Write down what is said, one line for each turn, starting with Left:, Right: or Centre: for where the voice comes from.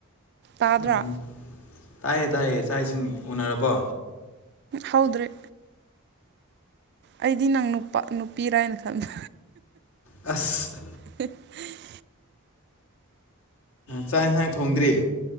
Right: ꯇꯥꯗ꯭ꯔꯥ
Left: ꯎꯝ ꯇꯥꯏꯌꯦ ꯇꯥꯏꯌꯦ ꯆꯥꯛ ꯏꯁꯤꯡ ꯎꯅꯔꯕꯣ
Right: ꯍꯧꯗ꯭ꯔꯤ ꯑꯩꯗꯤ ꯅꯪ ꯅꯨꯄꯥ ꯅꯨꯄꯤꯔꯥꯅ ꯈꯟꯕ
Left: ꯑꯁ
Right: <unintelligible>
Left: ꯆꯥꯛ ꯍꯤꯟꯖꯥꯡ ꯊꯣꯡꯗ꯭ꯔꯤ